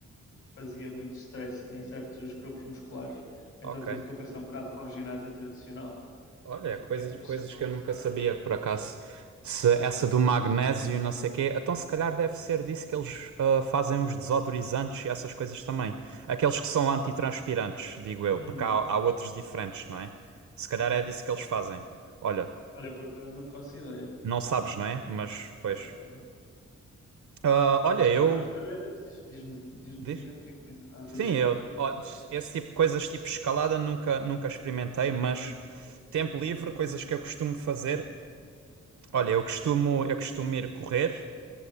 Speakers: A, on the left; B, on the right.
A: fazia muito stress em certos grupos musculares, então
B: Ok.
A: tive de compensar um bocado com ginásio tradicional,
B: Olha,
A: porque
B: coisas,
A: yeah, estás
B: coisas
A: sempre
B: que
A: a puxar.
B: eu nunca sabia, por acaso. Se essa do magnésio, não sei quê, então se calhar deve ser disso que eles ah, fazem os desodorizantes e essas coisas também. Aqueles que são antitranspirantes, digo eu,
A: Hum,
B: porque há, há outros diferentes, não é? Se calhar
A: hum.
B: é disso que eles fazem. Olha,
A: Olha, por acaso não faço ideia.
B: não sabes, não é? Mas, pois.
A: Ah,
B: Ah, olha,
A: mas de
B: eu.
A: qualquer das maneiras, diz- diz-me diz-me
B: Diz?
A: tia, o que é que tens andado a fazer?
B: Sim, eu. ó, Esse tipo de coisas, tipo escalada, nunca, nunca experimentei, mas tempo livre, coisas que eu costumo fazer. Olha, eu costumo, eu costumo ir correr.